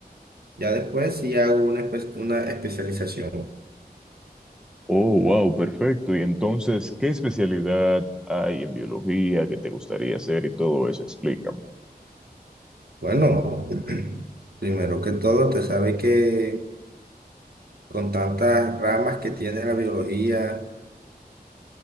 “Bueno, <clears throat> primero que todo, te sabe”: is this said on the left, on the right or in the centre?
Right